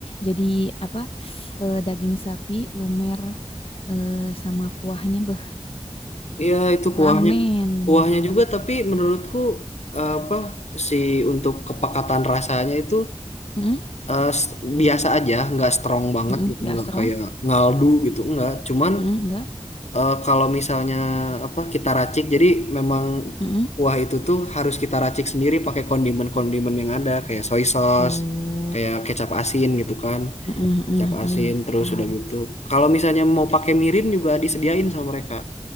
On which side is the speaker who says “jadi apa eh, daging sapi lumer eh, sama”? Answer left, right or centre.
Left